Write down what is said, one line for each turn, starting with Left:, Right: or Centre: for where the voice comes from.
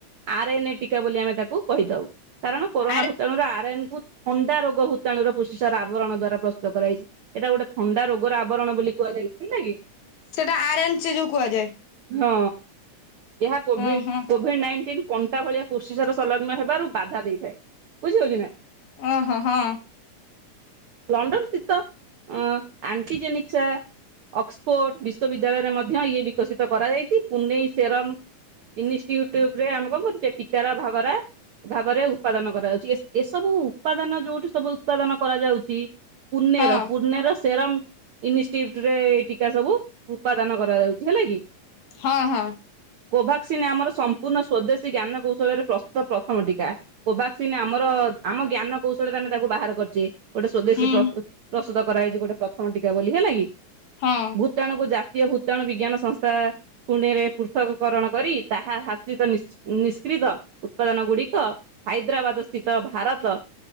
Right: ଆରଏନଏ ଟିକା ବୋଲି ଆମେ ତାକୁ କହିଥାଉ। କାରଣ କରୋନା
Left: ଆରେ
Right: ଭୂତାଣୁର ଆର୍ ଏନ୍ କୁ ଥଣ୍ଡା ରୋଗ ଭୂତାଣୁର ର ପୁଷ୍ଟିସାର ଆବରଣ ଦ୍ଵାରା ପ୍ରସ୍ତୁତ କରାଯାଇଚି। ଏଇଟା ଗୋଟେ ଥଣ୍ଡା ରୋଗର ଆବରଣ ବୋଲି କୁହାଯାଇଚି ହେଲା କି।
Left: ସେଇଟା ଆରେନ୍ଚ ଯଉ କୁହାଯାଏ।
Right: ହଁ ଏହା କୋଭିଡ୍
Left: ଅଁ
Right: କୋ
Left: ହଁ
Right: କୋଭିଡ୍ ନାଇଣ୍ଟିନ୍ କଣ୍ଟା ଭଳିଆ ପୁଷ୍ଟିସାର ସଂଲଗନ ହେବାରୁ ବାଧା ଦେଇଥାଏ ବୁଝି ହଉଚି ନା।
Left: ଓହୋ ହଁ।
Right: ଲଣ୍ଡନ ସ୍ଥିତ ଅଁ ଆଣ୍ଟିଜେନିକ୍ ଚା ଅକ୍ସପୋର୍ଡ ବିଶ୍ୱବିଦ୍ୟାଳୟରେ ମଧ୍ୟ ଇଏ ବିକଶିତ କରାଯାଇଚି। ପୁନେଇ ସେରମ୍ ଇନଷ୍‌ଟ୍ୟୁବ୍ ରେ ଆମ୍ଭକୁ ଚେକିକାର ଭାବରା ଭାବରେ ଉପାଦନା କରାଯାଉଚି। ଏ ଏସବୁ ଉପାଦାନ ଯୋଉଠି ସବୁ ଉତ୍ପାଦନ କରାଯାଉଚି ପୁନେର
Left: ହଁ
Right: ପୁନେର ସେରମ୍ ଇନଷ୍‌ଟ୍ଯୁଟ୍‌ରେ ଏ ଟିକା ସବୁ ଉପାଦାନ କରାଯାଉଚି ହେଲା କି।
Left: ହଁ ହଁ
Right: କୋଭାକ୍ସିନ୍ ଆମର ସମ୍ପୂର୍ଣ୍ଣ ସ୍ଵଦେଶୀ ଜ୍ଞାନ କୌଶଳରେ ପ୍ରସ୍ତୁତ ପ୍ରଥମ ଟୀକା। କୋଭାକ୍ସିନ୍ ଆମର ଆମ ଜ୍ଞାନ କୌଶଳରେ ଆମେ ତାକୁ ବାହାର କରିଚେ। ଗୋଟେ ସ୍ଵଦେଶୀ
Left: ହୁଁ
Right: ପ୍ରସ୍ତୁତ୍ ପ୍ରସ୍ତୁତ କରାଯାଇଚି ଗୋଟେ ପ୍ରଥମ ଟୀକା ବୋଲି ହେଲା କି।
Left: ହଁ।
Right: ଭୂତାଣୁକୁୁ ଜାତୀୟ ଭୂତାଣୁ ବିଜ୍ଞାନ ସଂସ୍ଥା ପୁନେରେ ପୁଷ୍ପ ବିପରଣ କରି ତାହା ହାସିତ ନିଶ୍ଚି ନିଷ୍କ୍ରିତ ଉତ୍ପାଦନ ଗୁଡିକ ହାଇଦ୍ରାବାଦ୍ ସ୍ତିତ ଭାରତ